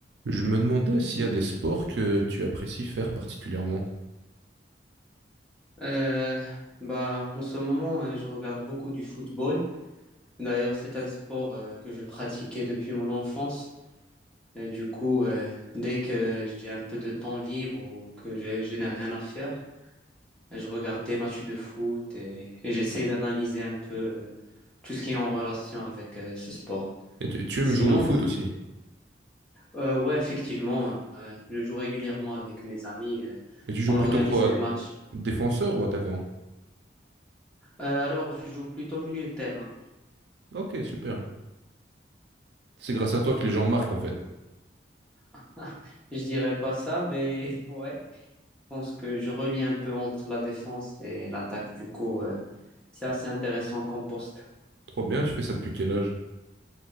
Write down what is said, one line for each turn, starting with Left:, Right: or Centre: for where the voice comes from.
Right: Je me demandais s'il y a des sports que tu apprécies faire particulièrement.
Centre: Euh, bah, en ce moment, euh, je regarde beaucoup du football. D'ailleurs, c'est un sport euh, que je pratiquais depuis mon enfance. Et du coup, euh, dès que j'ai un peu de temps libre ou que je, je n'ai rien à faire, je regarde des matchs de foot et, et j'essaye d'analyser un peu euh, tout ce qui est en relation avec euh, ce sport.
Right: Et tu, tu
Centre: Sinon,
Right: aimes jouer au foot aussi.
Centre: euh, ouais, effectivement, euh, je joue régulièrement avec mes amis. euh,
Right: Et tu joues
Centre: on
Right: plutôt
Centre: organise
Right: quoi?
Centre: des matchs.
Right: Défenseur ou attaquant?
Centre: Euh, alors, je joue plutôt milieu de terrain.
Right: Ok, super. C'est grâce à toi que les gens marquent en fait.
Centre: <laughs> Je dirais pas ça, mais <laughs> ouais. Je pense que je relie un peu entre la défense et l'attaque. Du coup, euh, c'est assez intéressant comme poste.
Right: Trop bien, tu fais ça depuis quel âge?